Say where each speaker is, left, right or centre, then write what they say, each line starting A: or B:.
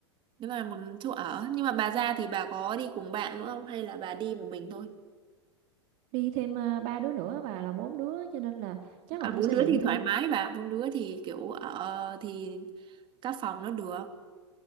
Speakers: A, on the right; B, on the right.
A: nếu mà một chỗ ở nhưng mà bà ra thì bà có đi cùng bạn nữa không hay là bà đi một mình thôi
B: đi thêm uh, ba đứa nữa bà là bốn đứa cho nên là chắc
A: à
B: là
A: bốn
B: tôi sẽ
A: đứa
B: định
A: thì
B: thuê
A: thoải mái bà bốn đứa thì kiểu ở thì các phòng nó được